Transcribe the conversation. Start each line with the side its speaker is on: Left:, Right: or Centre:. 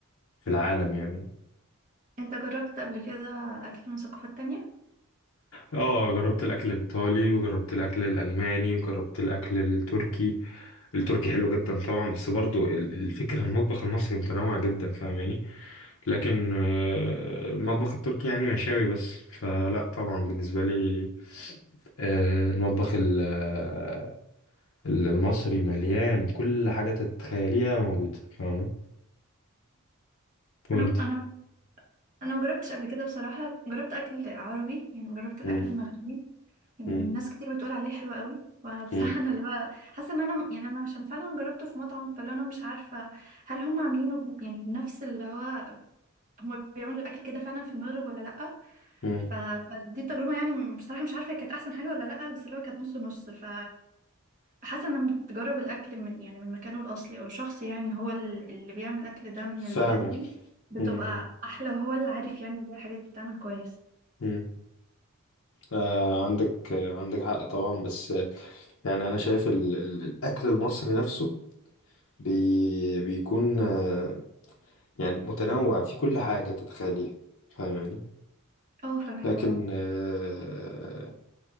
Left: في العالم يعني
Right: انت جربت قبل كده اكل من ثقافات تانية
Left: اه جربت الاكل الايطالي وجربت الاكل الالماني وجربت الاكل التركي التركي حلو جدا طبعا بس برضو ال- الفكره المطبخ المصري متنوع جدا فاهماني لكن آه، المطبخ التركي يعني مشاوي بس فلا طبعا بالنسبة لي آه، المطبخ ال- آه، المصري مليان كل حاجة تتخيليها موجودة فاهمة وانتي
Right: انا انا انا ما جربتش قبل كده بصراحه جربت اكل عربي يعني جربت الاكل
Left: مم،
Right: المغربي يعني
Left: مم،
Right: ناس كتير بتقول عليه حلو قوي فبصراحة
Left: مم،
Right: انا اللي هو حاسة ان انا يعني انا عشان فعلا جربته في مطعم فاللي انا مش عارفة هل هم عاملينه ب- يعني بنفس اللي هو هم بيعملوا الاكل كده فعلا في المغرب ولا لأ
Left: مم.
Right: ف... فدي التجربة يعني م- بصراحة مش عارفة هي كانت احسن حاجة ولا لأ بس اللي هو كانت نص نص ف... فحاسة ان أنا بتجرب الاكل من يعني من مكانه الاصلي او شخص يعني هو ال- اللي بيعمل الاكل ده من
Left: فاهمك
Right: البلد دي بتبقى
Left: مم،
Right: احلى وهو اللي عارف يعني ازاي الحاجات بتتعمل كويس
Left: مم. آه عندك آه عندك حق طبعا بس آه يعني أنا شايف ال ال الأكل المصري نفسه بي بيكون آه يعني متنوع في كل حاجة تتخيليها فاهماني
Right: اه فاهمك
Left: لكن
Right: طبعا
Left: آه،